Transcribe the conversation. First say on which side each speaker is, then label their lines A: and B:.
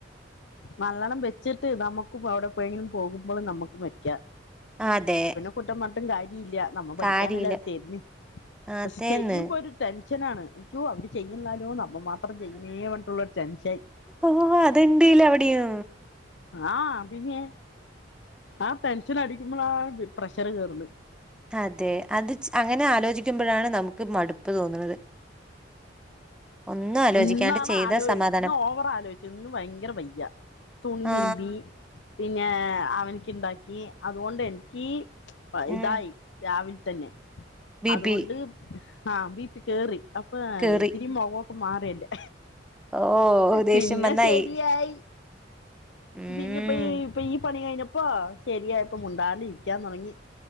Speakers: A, on the left; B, in the centre.
A: നല്ലണം വെച്ചിട്ട് നമുക്കും അവിടെ എപ്പോഴെങ്കിലും പോകുമ്പോളും നമുക്കും വയ്ക്ക
B: അതെ
A: കുട്ടം പറഞ്ഞിട്ട് കാര്യ ഇല്ല നമ്മൾ പഠിക്കാനല്ല
B: കാര്യയില്
A: അവർ തരു
B: അതേന്ന്
A: പക്ഷെ ചെയ്യുമ്പോ ഒരു ടെൻഷനാണ് അയ്യോ അവര് ചെയ്യുന്നില്ലാലോ നമ്മൾ മാത്രം ചെയ്യുന്നേ പറഞ്ഞിട്ടുള്ള ഒരു ടെൻഷൻ
B: ഓഹ അത്ണ്ട്ല്ല അവിടെയും
A: ആഹ് പിന്നെ ആഹ് ടെൻഷൻ അടിക്കുമ്പോൾ പ്രഷർ കേയറണ്ട്
B: അതെ അത് അങ്ങനെ ആലോചിക്കുമ്പോഴാണ് നമുക്ക് മടുപ്പ് തോന്നുന്നത് ഒന്നും ആലോചിക്കാണ്ട്
A: ഇന്നാണ്
B: ചെയ്ത
A: ആലോ
B: സമാധാനം
A: ഇന്ന് ഓവർ ആലോചി ഇന്ന് ഭയങ്കര വയ്യ തുണി തിരുമ്പി
B: ആ
A: പിന്നെ അവനക്ക് ഉണ്ടാക്കി അതുകൊണ്ട് എനിക്ക്
B: ഉം
A: ഇതായി രാവിലെ തന്നെ
B: ബിപി
A: അതുകൊണ്ട് ആഹ് ബി പി കേറി അപ്പൊ
B: കേറി
A: ഇത്തിരി മുഖൊക്കെ മാറി എന്റെ
B: ഓ ദേഷ്യം
A: പിന്നെ
B: വന്നായി
A: ശരിയായി
B: ഉം
A: പിന്നെ ഇപ്പൊ ഈ ഇപ്പ ഈ പണി കഴിഞ്ഞപ്പോ ശെരിയായപ്പ മുണ്ടാണ്ട് ഇരിക്കാൻ തുടങ്ങി